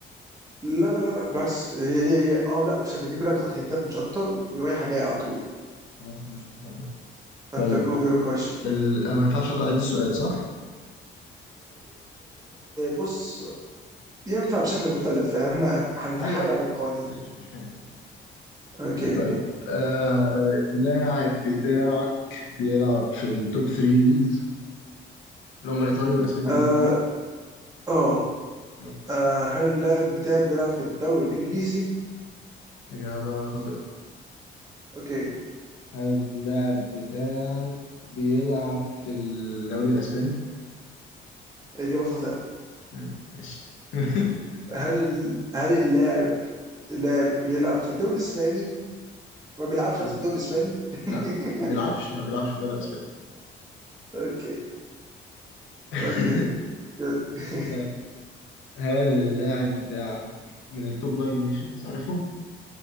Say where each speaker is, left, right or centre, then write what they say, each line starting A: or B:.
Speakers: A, on the right (about 20°); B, on the left (about 80°).
A: لا لا لا لا بالعكس هي هي هي اه لا مش عارف، دي كلها تاخد هنتات مش اكتر ورايحه جايه على طول
B: خلاص ماشي اتفقنا
A: فانت
B: طيب
A: جو فيور كويشن
B: ال... آه، ما ينفعش اقرا عيد السؤال صح؟
A: بص ينفع بشكل مختلف يعني احنا هنتحايل
B: ايوه ايوه
A: على القوانين
B: ايوه ماشي ماشي فهمت فهمت
A: اوكي
B: طيب آه اللاعب بتاعك بيلعب في التوب 3 ليجز اللي هم الايطالي والاسباني والانجليزي
A: آه آه
B: اوكي
A: آه، هل اللاعب بتاعي بيلعب في الدوري الإنجليزي؟
B: اجابه خاطئه
A: أوكي
B: هل اللاعب بتاعك بيلعب في الدوري الأسباني؟
A: إجابة خاطئة
B: مم، ماشي <laughs>
A: هل ال... هل اللاعب لاعب بيلعب في الدوري الإسباني؟ ما بيلعبش قصدي
B: آه،
A: في الدوري الإسباني؟ <laughs>
B: لا ما بيلعبش ما بيلعبش في الدوري الأسباني
A: أوكي
B: <laughs>
A: أوكي جود <laughs>
B: طيب هل اللاعب بتاعك من التوب ناين نيشنز عارفهم؟